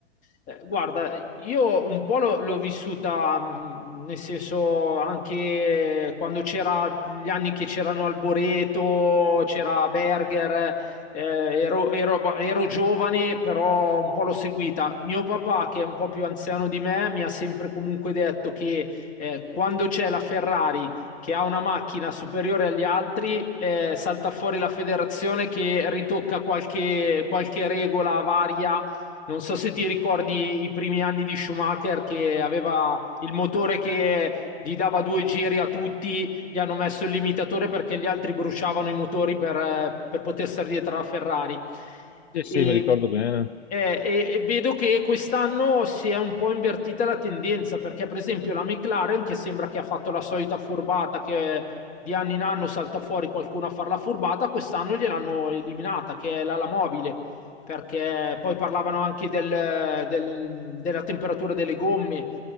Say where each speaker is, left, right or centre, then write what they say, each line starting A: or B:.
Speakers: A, on the left; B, on the left.
A: eh, guarda, io un po' l'ho l'ho vissuta, mh, nel senso anche quando c'era gli anni che c'erano Alboreto, c'era Berger, eh, ero, ero- ero giovane, però un po' l'ho seguita. Mio papà, che è un po' più anziano di me, mi ha sempre comunque detto che eh, quando c'è la Ferrari che ha una macchina superiore agli altri, eh, salta fuori la federazione che ritocca qualche, qualche regola varia. Non so se ti ricordi i primi anni di Schumacher che aveva il motore che gli dava due giri a tutti gli hanno messo il limitatore perché gli altri bruciavano i motori per, eh, per poter stare dietro alla Ferrari.
B: Eh
A: E,
B: sì, mi ricordo bene.
A: eh, e, e vedo che quest'anno si è un po' invertita la tendenza perché, per esempio, la McLaren, che sembra che ha fatto la solita furbata che di anno in anno salta fuori qualcuno a fare la furbata, quest'anno gliel'hanno eliminata, che è l'ala mobile, perché poi parlavano anche del, del, della temperatura delle gomme.